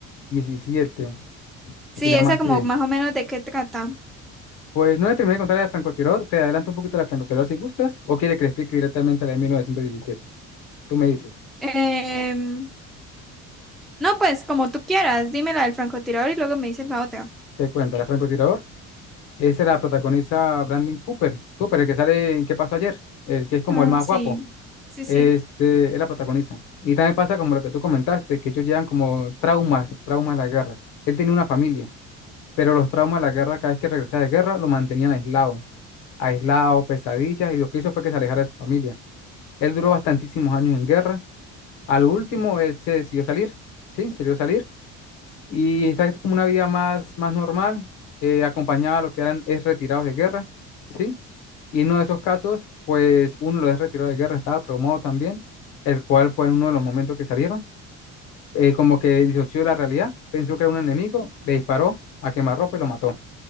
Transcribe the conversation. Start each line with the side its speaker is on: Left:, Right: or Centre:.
Left: 17,
Centre: Sí,
Left: se llama
Centre: esa
Left: así.
Centre: como más o menos de qué trata.
Left: Pues no le terminé de contar la de francotirador, te adelanto un poquito la de francotirador si gustas, o quiere que le explique directamente la de 1917. Tú me dices,
Centre: Em, No, pues como tú quieras, dime la del francotirador y luego me dices la otra.
Left: te cuento, la de francotirador, esa la protagoniza Brandon Cooper, Cooper, el que sale en ¿Qué pasó ayer? El que es como
Centre: Ah,
Left: el más
Centre: sí,
Left: guapo,
Centre: sí,
Left: este,
Centre: sí.
Left: él la protagoniza. Y también pasa como lo que tú comentaste, que ellos llevan como traumas, traumas de la guerra. Él tenía una familia, pero los traumas de la guerra, cada vez que regresaba de guerra, lo mantenían aislado, aislado, pesadillas, y lo que hizo fue que se alejara de su familia. Él duró bastantísimos años en guerra Al último, él se decidió salir, sí, se decidió salir y está como una vida más, más normal, eh, acompañaba a lo que eran ex retirados de guerra, sí, y en uno de esos casos, pues uno de los ex retirados de guerra estaba traumado también, el cual, pues, en uno de los momentos que salieron, eh, como que disoció de la realidad, pensó que era un enemigo, le disparó a quemarropa y lo mató.